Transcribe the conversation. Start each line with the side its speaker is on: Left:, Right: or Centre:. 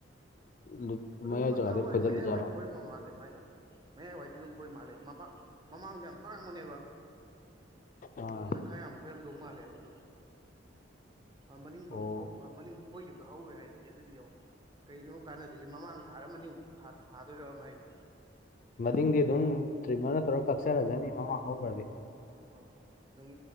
Left: <unintelligible>
Right: ꯑꯗꯨꯝ ꯃꯈꯥ
Left: ꯖꯒꯥꯗꯩ
Right: ꯋꯥꯏ
Left: ꯐꯣꯏꯗꯠꯂꯤꯖꯥꯠꯂꯣ
Right: ꯃꯌꯥꯏ ꯋꯥꯏ ꯐꯣꯏꯕ ꯃꯥꯜꯂꯦ ꯃꯥꯏꯗꯣ ꯃꯌꯥꯏꯋꯥꯏꯗꯤ ꯑꯗꯨꯝ ꯐꯣꯏ ꯃꯥꯜꯂꯦ ꯃ ꯃꯃꯥꯡꯗꯣ ꯌꯥꯝ ꯇꯥꯡꯕꯅꯦꯕ
Left: ꯑꯥ
Right: ꯑꯗꯨꯗꯨꯅ ꯈꯔ ꯌꯥꯝ ꯐꯣꯏꯔꯝꯗꯧ ꯃꯥꯜꯂꯦꯕ ꯑꯗꯨꯝ ꯑ ꯃꯅꯤꯡꯗꯣ
Left: ꯑꯣ
Right: ꯍꯧ ꯃꯅꯤꯡꯗꯣ ꯐꯣꯏꯈꯤꯕꯗꯣ ꯍꯧꯔꯣꯏ ꯍꯥꯏꯌꯦꯌꯦ ꯑꯗꯨꯗꯤ ꯌꯦꯡꯉꯣ ꯀꯔꯤꯅꯣ ꯀꯥꯟꯅ ꯑꯗꯨꯏꯁꯦ ꯃꯃꯥꯡ ꯊꯥꯔꯃꯅꯤꯃꯨꯛ ꯊꯥꯗꯣꯏꯔ ꯃꯥꯏꯁꯦ
Left: ꯃꯅꯤꯡꯗꯤ ꯑꯗꯨꯝ ꯇ꯭ꯔꯤꯃꯔꯅ ꯇꯧꯔꯒ ꯀꯛꯆꯔꯖꯅꯤ ꯃꯃꯥꯡ ꯂꯧꯒ꯭ꯔꯗꯤ
Right: ꯑꯣ ꯑꯗꯨꯝ